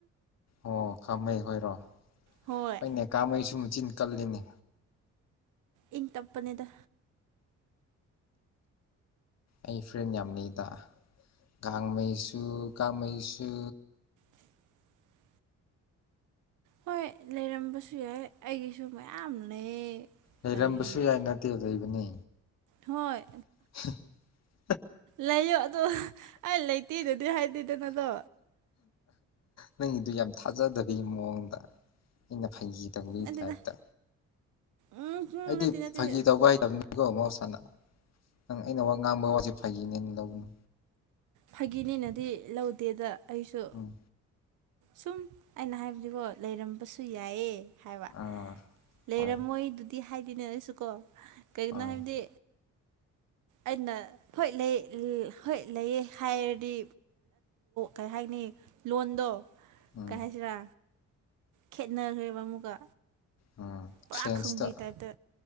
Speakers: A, on the left; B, on the right.
A: ꯑꯣ ꯈꯥꯃꯩ ꯍꯣꯏꯔꯣ
B: ꯍꯣꯏ
A: ꯍꯣꯏꯅꯦ ꯀꯥꯃꯩ ꯁꯨ ꯆꯤꯟ ꯀꯜꯂꯤꯅꯤ
B: ꯏꯪ ꯇꯥꯞꯄꯅꯤꯗ
A: ꯑꯩ ꯐ꯭ꯔꯦꯟ ꯌꯥꯝ ꯂꯩꯗ ꯒꯥꯡꯃꯩꯁꯨ ꯀꯃꯩꯁꯨ
B: <unintelligible> ꯍꯣꯏ ꯂꯩꯔꯝꯕꯁꯨ ꯌꯥꯏ ꯑꯩꯒꯤꯁꯨ ꯃꯌꯥꯝ ꯂꯩ
A: ꯍꯩꯔꯝꯕꯁꯨ
B: ꯀꯔꯤ
A: ꯌꯥꯏ ꯅꯠꯇꯦ ꯂꯩꯕꯅꯤ
B: ꯍꯣꯏ
A: <unintelligible>
B: ꯂꯩꯌꯣ ꯑꯗꯣ ꯑꯩ ꯂꯩꯇꯦꯗꯨꯗꯤ ꯍꯥꯏꯗꯦꯗꯅꯗꯣ
A: ꯅꯪꯒꯤꯗꯨ ꯌꯥꯝ ꯊꯥꯖꯗꯕꯒꯤ ꯃꯑꯣꯡꯗ ꯑꯩꯅ ꯐꯥꯒꯤ ꯇꯧꯕ
B: ꯅꯠꯇꯦꯗ
A: ꯇꯥꯏꯕꯇ
B: ꯎꯝ ꯎꯝ
A: ꯑꯩꯗꯤ
B: ꯅꯠꯇꯦ ꯅꯠꯇꯦ
A: ꯐꯥꯒꯤ ꯇꯧꯕ ꯍꯥꯏꯇꯕꯅꯤꯀꯣ ꯑꯃ ꯅꯪ ꯑꯩꯅ ꯋꯥ ꯉꯥꯡꯕ ꯋꯥꯁꯦ ꯐꯩꯈꯤꯅꯦꯅ ꯂꯧꯧꯕꯅꯤꯅꯦ
B: ꯐꯥꯒꯤꯅꯤꯅꯗꯤ ꯂꯧꯗꯦꯗ ꯑꯩꯁꯨ
A: ꯎꯝ
B: ꯁꯨꯝ ꯑꯩꯅ ꯍꯥꯏꯕꯗꯤꯀꯣ ꯂꯩꯔꯝꯕꯁꯨ ꯌꯥꯏꯑ ꯍꯥꯏꯕ
A: ꯑꯥ
B: ꯂꯩꯔꯝꯃꯣꯏ
A: ꯍꯣꯏ
B: ꯑꯗꯨꯗꯤ ꯍꯥꯏꯗꯤꯅꯦ ꯑꯗꯨꯁꯨ ꯀꯣ ꯀꯩꯒꯤꯅ
A: ꯍꯣꯏ
B: ꯍꯥꯏꯕꯗꯤ ꯑꯩꯅ ꯍꯣꯏ ꯂꯩ ꯍꯣꯏ ꯂꯩꯌꯦ ꯍꯥꯏꯔꯗꯤ ꯀꯩ ꯍꯥꯏꯅꯤ ꯂꯣꯟꯗꯣ
A: ꯎꯝ
B: ꯀꯩ ꯍꯥꯏꯁꯤꯔꯥ ꯈꯦꯠꯅꯈ꯭ꯔꯦꯕ ꯑꯃꯨꯛꯀ
A: ꯎꯝ
B: ꯄꯨꯔꯥ
A: ꯁꯦꯟꯁꯇ
B: ꯈꯪꯕꯒꯤ ꯇꯥꯏꯞꯇ